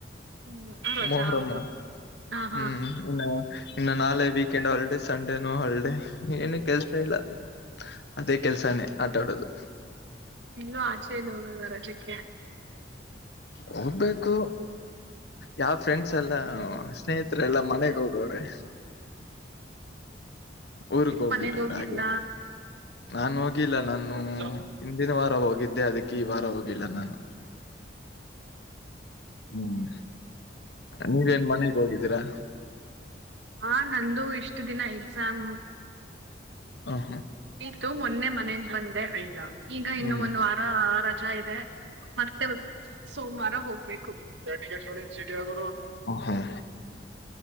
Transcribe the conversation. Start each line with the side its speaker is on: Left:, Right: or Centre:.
Right: ಹ್ಮ್ ರೋಜ
Left: ಮೊಹರಂ
Right: ಹೌದು ಹ ಹಾ
Left: ಹ್ಮ್ ಇನ್ನು ನಾಳೆ ವೀಕೆಂಡ್ ಹೊಲ್ಡೆ ಸಂಡೇನುೂ ಹೊಲ್ಡೆ ಏನು ಕೆಲ್ಸ ಇಲ್ಲ.. ಅದೇ ಕೆಲ್ಸಾನೇ ಆಟಾಡೋದು..
Right: ಇಲ್ಲೋ ಆಚೇಲ್ಲೋಗ ವರಜಕ್ಕ..
Left: ಹೋಗ್ಬೇಕು. ಯಾವ ಫ್ರೆಂಡ್ಸ್ ಎಲ್ಲ ಸ್ನೇಹಿತರೆ ಎಲ್ಲಾ ಮನೆಗ್ ಹೋಗವ್ರೆ.. ಊರ್ಕ್ ಹೋಗ್ಬಿಟ್ಟು
Right: ಮನೆಗ್ ಹೋಗಿಲ್ಲ
Left: ಹಾಗೆ ನಾ ಹೋಗಿಲ್ಲ ನನ್..
Right: ಹಲೋ..
Left: ಹಿನ ವಾರ ಹೋಗಿದ್ದೆ ಅದಕ್ಕೆ ಈ ವಾರ ಹೋಗಿಲ್ಲ ನಾನು. ಹ್ಮ್ ನೀವೇನ್ ಮನೆಗ್ ಹೋಗಿದ್ದೀರಾ
Right: ಹಾ ನಂದು ಇಷ್ಟ ದಿನ ಎಕ್ಸಾಮ್
Left: ಹ್ಮ್
Right: ಇತ್ತು.. ಮೊನ್ನೆ ಮನೇಜ ಬಂದ್ರೆ ಈಗ ಇನ್ನು
Left: ಹ್ಮ್ ಹ್ಮ್
Right: ಒಂದ್ ವಾರ ರಜಾ ಆ.. ಮತ್ತೆ ಸೋಮವಾರ ಹೋಗ್ಬೇಕು.. ಸಟಿ ಆಗರು..
Left: ಹ್ಮ್